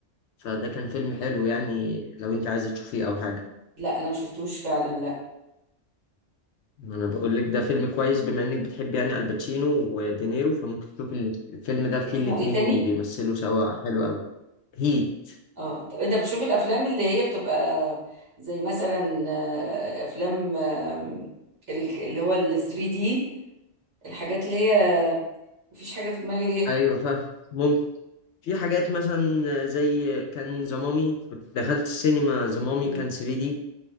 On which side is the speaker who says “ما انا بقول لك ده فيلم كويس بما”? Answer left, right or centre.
Left